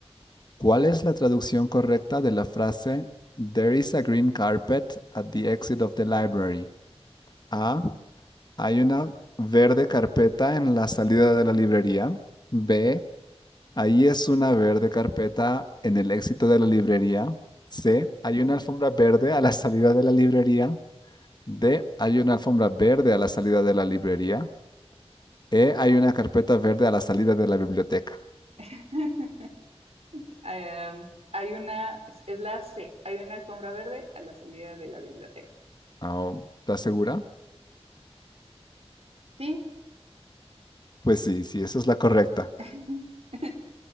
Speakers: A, on the left; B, on the right.
A: ¿Cuál es la traducción correcta de la frase There is a green carpet at the exit of the library? A. Hay una verde carpeta en la salida de la librería. B. Ahí es una verde carpeta en el éxito de la librería. C. Hay una alfombra verde a la salida de la librería. D. Hay una alfombra verde a la salida de la librería. E. Hay una carpeta verde a la salida de la biblioteca.
B: <laughs> Em, hay una, es, es la C, hay una alfombra verde a la salida de la biblioteca.
A: Ah, ¿estás segura?
B: Sí,
A: Pues sí, sí, esa es la correcta.
B: <laughs>